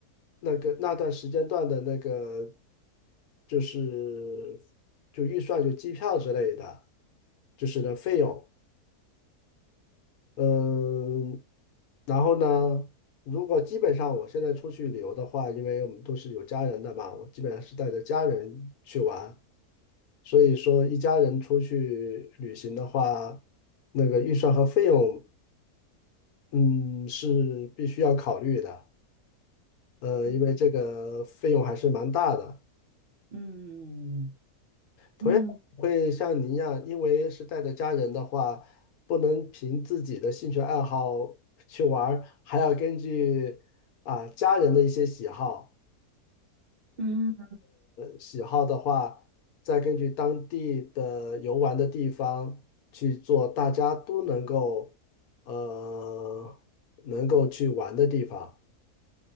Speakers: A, on the left; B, on the right.
A: 那个那段时间段的那个就是就预算就机票之类的，就是的费用，嗯，然后呢，如果基本上我现在出去旅游的话，因为我们都是有家人的嘛，我基本上是带着家人去玩，所以说一家人出去旅行的话，那个预算和费用，嗯，是必须要考虑的，呃，
B: 嗯
A: 因为这个费用还是蛮大的。
B: 嗯
A: 同样会像您一样，
B: 嗯
A: 因为是带着家人的话，不能凭自己的兴趣爱好去玩儿，还要根据啊家人的一些喜好，
B: 嗯。
A: 喜好的话，再根据当地的游玩的地方去做，大家都能够呃能够去玩的地方。